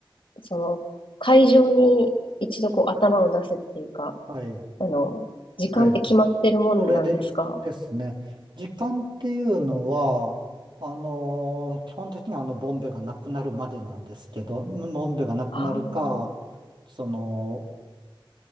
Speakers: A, on the left; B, on the right.
A: その、海上に一度こう頭を出すっていうか、
B: はい、
A: あの、時間って決まってるもんなんですか
B: はい。それでですね、時間っていうのは、あのー基本的にはあの、ボンベがなくなるまでなんですけど、ボンベがなくなるか、
A: はあ。
B: その、